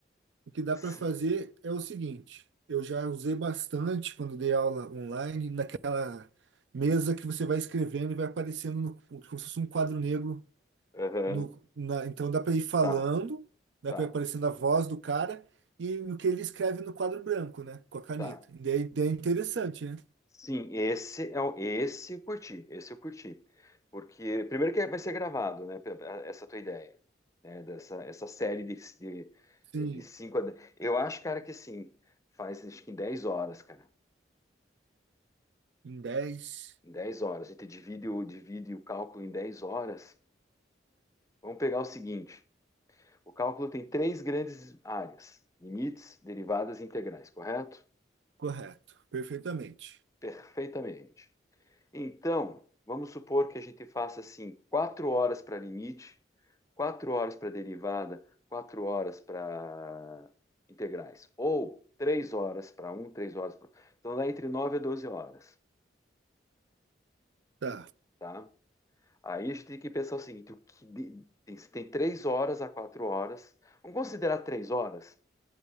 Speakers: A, on the right (about 75°); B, on the left (about 15°).
A: O que dá
B: Se-
A: para fazer é o seguinte: eu já usei bastante quando dei aula online, naquela mesa que você vai escrevendo e vai aparecendo no, como se fosse um quadro negro.
B: Aham,
A: No, na- então dá para ir falando,
B: tá.
A: dá
B: Tá.
A: para ir aparecendo a voz do cara e o que ele escreve no quadro branco, né? Com a caneta.
B: Tá.
A: E daí, daí é interessante, né?
B: Sim, esse é o- esse eu curti, esse eu curti. Porque primeiro que vai ser gravado, né, pe- essa tua ideia, né, dessa essa série de, de,
A: Sim,
B: de cinco a de- Eu acho, cara, que assim, faz acho que em 10 horas, cara.
A: em dez
B: Em 10 horas, a gente divide o divide o cálculo em 10 horas. Vamos pegar o seguinte, o cálculo tem três grandes áreas: limites, derivadas e integrais, correto?
A: correto, perfeitamente.
B: Perfeitamente. Então, vamos supor que a gente faça assim, quatro horas para limite, quatro horas para derivada, quatro horas para integrais, ou três horas para um, três horas para. Então dá entre 9 e 12 horas,
A: Tá,
B: tá? Aí a gente tem que pensar o seguinte: o que de- tem, tem três horas a quatro horas. Vamos considerar três horas?